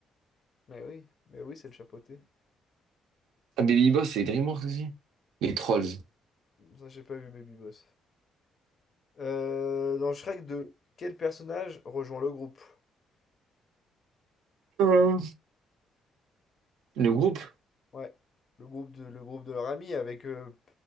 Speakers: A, on the left (about 45°); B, on the right (about 90°).
A: Mais oui, mais oui, c'est le chapeauté.
B: Ah, Baby Boss, c'est DreamWorks aussi? Les Trolls.
A: Ça, j'ai pas vu Baby Boss. Euh, dans Shrek 2, quel personnage rejoint le groupe?
B: Euh, Le groupe?
A: Ouais. Le groupe de, le groupe de leur ami avec, euh,